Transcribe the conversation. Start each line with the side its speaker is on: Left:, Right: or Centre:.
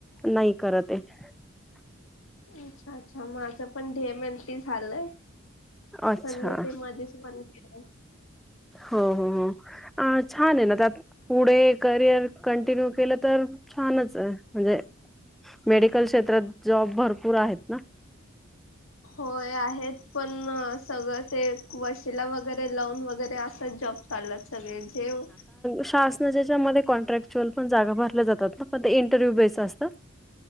Centre: नाई करतय <unintelligible>
Left: अच्छा अच्छा माझं पण ढयमल्टी झालंय <inaudible>
Centre: अच्छा
Left: पण मी ते मध्येेच बन केलं
Centre: हो-हो हो, छान आहे ना त्यात, पुढे करिअर कंटिन्यू केलं तर छानच आहे. म्हणजे मेडिकल क्षेत्रात जॉब भरपूर आहेत ना,
Left: होय आहेत पण सगळं ते वषिला वगैरे लवन वगैरे असं जॉब सला सगळे जेव
Centre: शासनाच्या म कॉन्ट्रॅक्च्युअल पण जागा भरल्या जातात ना पण ते इंटरव्ह्यू बेस असतात.